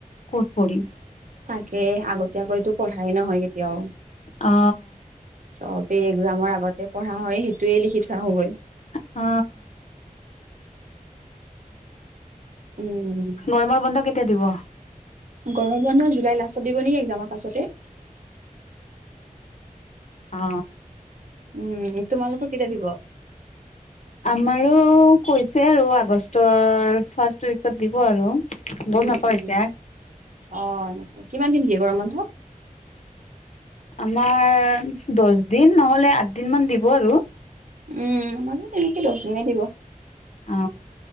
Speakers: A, on the left (about 55°); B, on the right (about 65°).
A: ক'ত পঢ়িম।
B: তাকে, আগতীয়াকৈতো পঢ়াই নহয় কেতিয়াও।
A: অ
B: চবেই এক্সামৰ আগতে পঢ়া হয়, সেইটোৱে লিখি থৈয় আহো গৈ।
A: অ।
B: উম
A: গৰমৰ বন্ধ কেতিয়া দিব?
B: গৰম বন্ধ জুলাই লাষ্টত দিব নেকি, এক্সামৰ পাছতে।
A: অ।
B: উম, তোমালোকৰ কেতিয়া দিব?
A: আমাৰো কৈছে আৰু, আগষ্টৰ ফাৰ্ষ্ট উইকত দিব আৰু। গম
B: উম,
A: নাপাওঁ
B: উম,
A: এতিয়া
B: অঁ, কিমান দিন দিয়ে গৰম বন্ধ?
A: আমাৰ দহ দিন, নহ'লে আঠ দিন মান দিব আৰু।
B: উম, আমাৰো তেনেকে দহ দিনেই দিব।
A: অ।